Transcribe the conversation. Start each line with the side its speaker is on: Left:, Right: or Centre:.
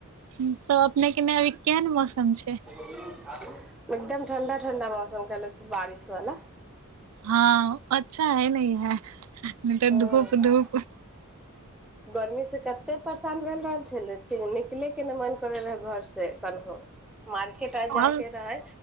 Right: उम्म तब अपने के ईन्ने अभी केहेन मौसम छै।
Centre: एकदम ठण्डा-ठण्डा मौसम कैला छै बारिश बला।
Right: हां अच्छा हय नै ईहे नै तै
Centre: ह
Right: धूप-धूप
Centre: गर्मी से कत्ते परेशान भेल रहल छलै, ठीके निकले के नै मन करय रहै घर से कन्हो। मार्केट
Right: आब
Centre: आर जाए के रहै